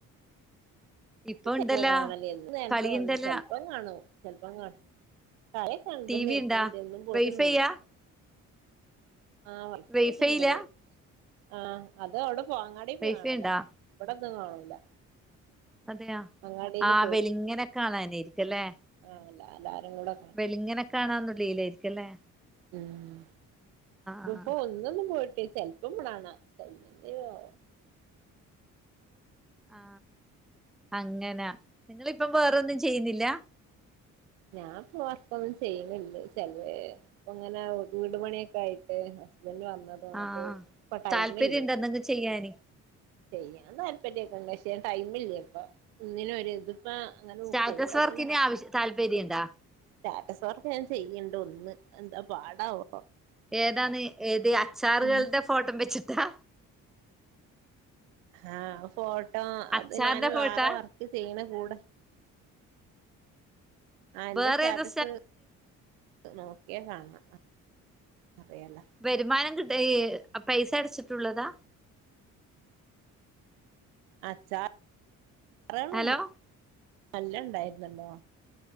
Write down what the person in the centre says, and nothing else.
ഇപ്പൊ ഇണ്ടല്ലോ
കളിയുണ്ടല്ലോ
ടി വി ഉണ്ടാ വൈഫൈയാ
വൈഫൈയില്ല
വൈഫൈ
ഉണ്ടാ
അതെയോ
ആ വെല്ങ്ങനെ കാണാനായിരിക്കൂലെ
വെല്ങ്ങനെ കാണാന്നുള്ളീലായിരിക്കൂലെ
ആ
ആ അങ്ങനാ നിങ്ങളിപ്പം വേറൊന്നും ചെയ്യുന്നില്ലാ
ആഹ്
താല്പര്യണ്ടോ എന്തെങ്കിലും ചെയ്യാന്
സ്റ്റാറ്റസ്
വർക്കിന് ആവശ്യ താല്പര്യണ്ടാ
ഏതാണ് ഏത് അച്ചാറ്കൾടെ
ഫോട്ടം വെച്ച്ട്ടാ
അച്ചാറിന്റെ
ഫോട്ടാ
വേറെ
ഏതാ
വരുമാനം കിട്ട പൈസ അടച്ചിട്ടുള്ളതാ
ഹലോ